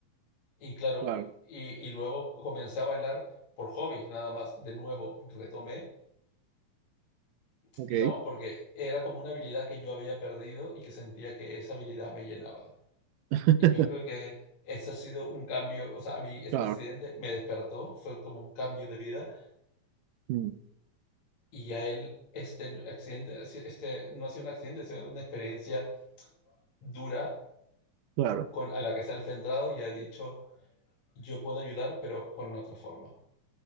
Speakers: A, on the left; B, on the right.
A: Y claro,
B: claro.
A: y, y luego comencé a bailar por hobby, nada más, de nuevo, retomé,
B: Ok.
A: digamos, porque era como una habilidad que yo había perdido y que sentía que esa habilidad me llenaba.
B: <laughs>
A: Y yo creo que eso ha sido un cambio, o sea, a mí este
B: Claro.
A: accidente me despertó, fue como un cambio de vida
B: Mm,
A: y a él este accidente, este no ha sido un accidente, ha sido una experiencia dura
B: claro.
A: con, a la que se ha enfrentado y ha dicho, yo puedo ayudar, pero con otra forma.